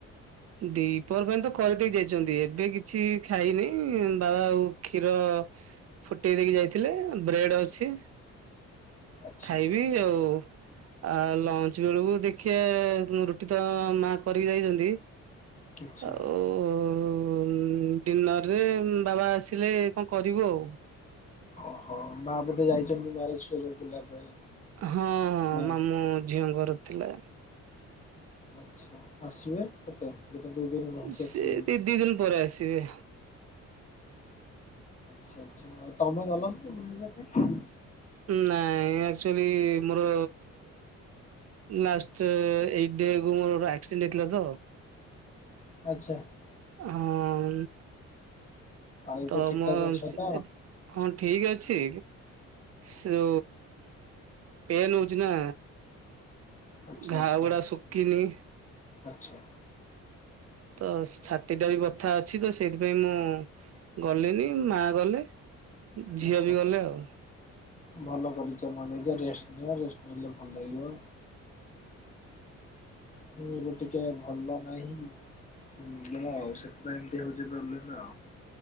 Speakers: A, on the right; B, on the left.
A: ଦିପହର ପାଇଁ ତ କରିଦେଇ ଯାଇଛନ୍ତି, ଏବେ କିଛି ଖାଇନି ବାବା ଆଉ କ୍ଷୀର ଫୁଟେଇ ଦେଇକି ଯାଇଥିଲେ, ବ୍ରେଡ ଅଛି
B: ଆଚ୍ଛା
A: ଖାଇବି ଆଉ। ଆଉ ଲଞ୍ଚ ବେଳକୁ ଦେଖିଆ ରୁଟି ତ ମା କରିକି ଯାଇଚନ୍ତି।
B: ଆଚ୍ଛା।
A: ଆଉ। ଉ ଡିନରରେ ବାବା ଆସିଲେ କଣ କରିବୁ ଆଉ।
B: ଓହୋ ମା ବୋଧେ ଯାଇଚନ୍ତି ମ୍ୟାରେଜ ଫରେ ବୁଲିବା ପାଇଁ।
A: ହଁ
B: ବାହାରେ।
A: ମାମୁଁ ଝିଅଙ୍କର ଥିଲା।
B: ଆଚ୍ଛା ଆସିବେ କେତେ ଦିନେ ଦୁଇ ଦିନି ରହିକି
A: ସେ
B: ଆସିବେ ବୋଧେ।
A: ଦି ଦି ଦିନ ପରେ ଆସିବେ।
B: ଆଚ୍ଛା ଆଚ୍ଛା ତମେ ଗଲନି ବୁଲିବା ପାଇଁ।
A: ନାଇଁ ଆକ୍ଚୁଆଲି ମୋର ଲାଷ୍ଟ ଏଇ ଡେ କୁ ମୋର ଆକ୍ସିଡେଣ୍ଟ ହେଇଥିଲା ତ?
B: ଆଚ୍ଛା।
A: ହଁ
B: ଆଉ ଏବେ
A: ତ
B: ଠିକ
A: ମୁଁ
B: ଠାକ ଅଛ
A: ସେ
B: ତ?
A: ହଁ ଠିକ ଅଛି। ସେ ପେନ୍ ହଉଛି ନା।
B: ଆଛା
A: ଘା
B: ଆଛା
A: ଗୁଡା ଶୁଖିନି
B: ଆଛା।
A: ତ ଛାତି ଟା ବି ବଥା ଅଛି ତ ସେ ଇଥିପାଇଁ ମୁଁ ଗଲିନି, ମା ଗଲେ ଝିଅ
B: ଆଚ୍ଛା।
A: ବି ଗଲେ ଆଉ।
B: ଭଲ କରିଚ ନ ଯାଇଚ, ରେଷ୍ଟ ନିଅ ରେଷ୍ଟ ନେଲେ ଭଲ ଲାଗିବ। ହୁଁ ଏବେ ଟିକେ ଭଲ ନାହିଁ। <unintelligible> ସେଥିପାଇଁ ଏମିତି ହଉଚି ପ୍ରୋବ୍ଲେମ ନା।